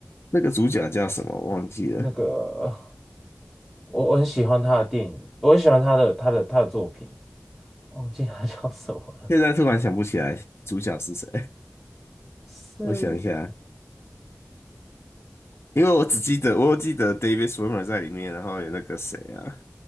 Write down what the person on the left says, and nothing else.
那个主角叫什么？忘记了，
现在突然想不起来主角是谁。
<laughs> 我想一下，因为我只记得，我有记得 David s w i m m e r 在里面，然后有那个谁啊，